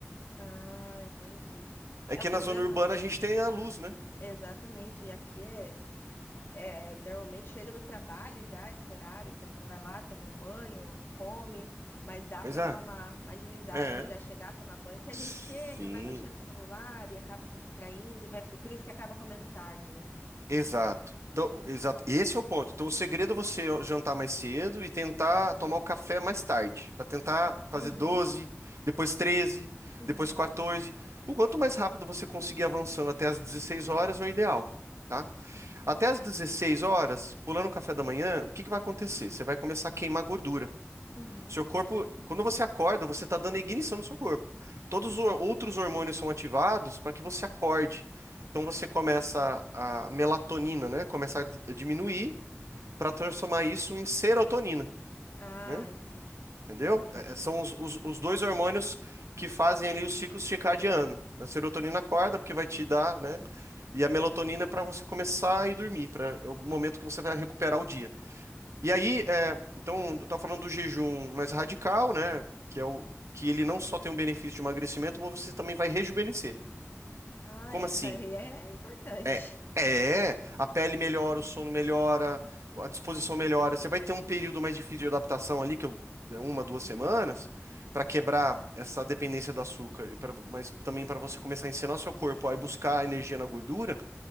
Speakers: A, on the left; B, on the right.
A: Ah, entendi.
B: É
A: É
B: que
A: o problema?
B: na zona urbana a gente tem a luz, né?
A: Exatamente. E aqui é. É, normalmente chega do trabalho já esse horário, então você vai lá, toma um banho, come, mas dá
B: Pois
A: para
B: é.
A: dar uma, uma agilizada.
B: É.
A: Então já chegar, tomar banho, porque
B: Sim.
A: a gente chega, vai mexer no celular e acaba se distraindo, e vai, por isso que acaba comendo tarde, né?
B: Exato. Então, exato. Esse é o ponto. Então, o segredo é você jantar mais cedo e tentar tomar o café mais tarde, para tentar fazer
A: Uhum,
B: doze, depois treze,
A: uhum,
B: depois quatorze. O quanto mais rápido você conseguir avançando até as 16 horas é o ideal, tá? Até as 16 horas, pulando o café da manhã, o que que vai acontecer? Você vai começar a queimar gordura.
A: uhum.
B: Seu corpo, quando você acorda, você está dando ignição no seu corpo. Todos os hor- outros hormônios são ativados para que você acorde. Então você começa a melatonina, né? Começa a d- diminuir para transformar isso em serotonina,
A: Ah,
B: né?
A: entendi,
B: Entendeu?
A: entendi.
B: É, é, são os, os- os dois hormônios que fazem ali o ciclo circadiano. A serotonina acorda porque vai te dar, né? E a melatonina é para você começar a ir dormir, para é o momento que você vai recuperar o dia. E aí, é, então, eu estava falando do jejum mais radical, né? Que é o que ele não só tem um benefício de emagrecimento, mas você também vai rejuvenescer.
A: Ah,
B: Como
A: isso
B: assim?
A: aí é importante.
B: É,
A: <laughs>
B: é, a pele melhora, o sono melhora, a disposição melhora. Você vai ter um período mais difícil de adaptação ali, que eu- é uma, duas semanas, para quebrar essa dependência do açúcar, e pra- mas também para você começar a ensinar o seu corpo a ir buscar energia na gordura,